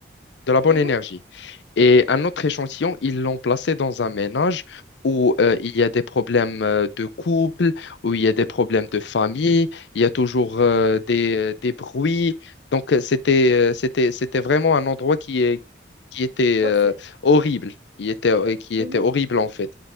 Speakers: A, on the left; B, on the right.
A: de la bonne
B: Mhm.
A: énergie. Et un autre échantillon, ils l'ont placé dans un ménage où euh, il y a des problèmes euh, de couple, où il y a des problèmes de famille, il y a toujours euh, des, euh, des bruits. Donc, euh, c'était, euh, c'était, c'était vraiment un endroit qui est, qui était
B: Toxique.
A: euh, horrible, qui était, euh, qui
B: Mhm.
A: était horrible en fait.